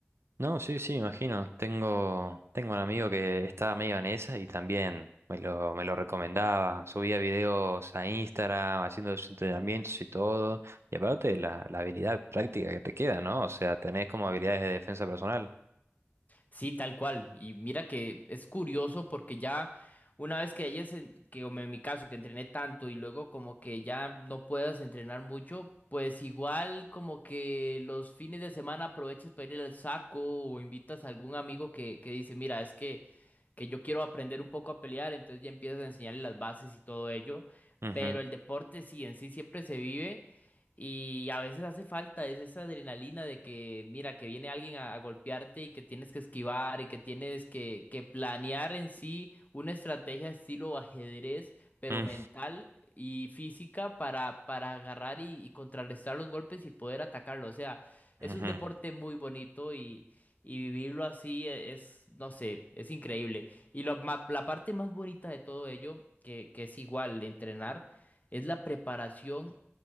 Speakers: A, on the right (about 65°); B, on the left (about 35°).
A: No, sí, sí, imagino. Tengo, tengo un amigo que estaba medio en esa y también me lo, me lo recomendaba. Subía videos a Instagram haciendo sus entrenamientos y todo. Y aparte la, la habilidad práctica que te queda, ¿no? O sea, tenés como habilidades de defensa personal.
B: Sí, tal cual. Y mira que es curioso porque ya una vez que hayas, en- que como en mi caso, que entrené tanto y luego como que ya no puedas entrenar mucho, pues igual como que los fines de semana aproveches para ir al saco o invitas a algún amigo que, que dice, mira, es que, que yo quiero aprender un poco a pelear, entonces ya empiezas a enseñarle las bases y todo ello.
A: Ujú,
B: Pero el deporte sí, en sí siempre se vive. Y a veces hace falta es esa adrenalina de que, mira, que viene alguien a, a golpearte y que tienes que esquivar y que tienes que, que planear en sí una estrategia estilo ajedrez, pero
A: mm,
B: mental y física para, para agarrar y, y contrarrestar los golpes y poder atacarlo. O sea, es
A: ujú,
B: un deporte muy bonito y, y vivirlo así e- es, no sé, es increíble. Y lo ma- la parte más bonita de todo ello, que, que es igual entrenar, es la preparación